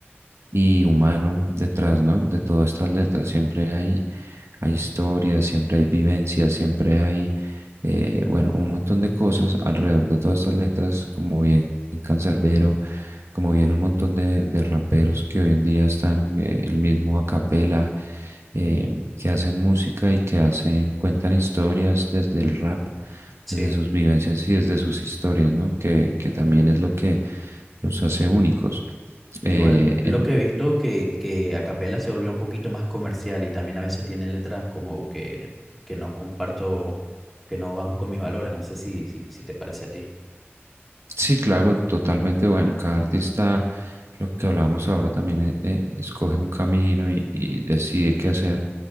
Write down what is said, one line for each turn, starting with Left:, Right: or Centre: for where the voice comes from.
Right: y humano detrás, ¿no? De todas estas letras. Siempre hay, hay historias, siempre hay vivencias, siempre hay, eh, bueno, un montón de cosas alrededor de todas estas letras, como bien Cancerbero, como bien un montón de, de raperos que hoy en día están, eh, el mismo a capela, eh, que hacen música y que hacen, cuentan historias desde el rap,
Centre: Sí.
Right: desde sus vivencias y desde sus historias, ¿no? Que, que también es lo que los hace únicos. Eh,
Centre: Igual
Right: en-
Centre: lo que he visto que, que a capela se volvió un poquito más comercial y también a veces tiene letras como que, que no comparto, que no van con mis valores. No sé si, si, si te parece a ti.
Right: Sí, claro, totalmente. Bueno, cada artista, lo que hablábamos ahora también, eh, eh, escoge un camino y, y decide qué hacer,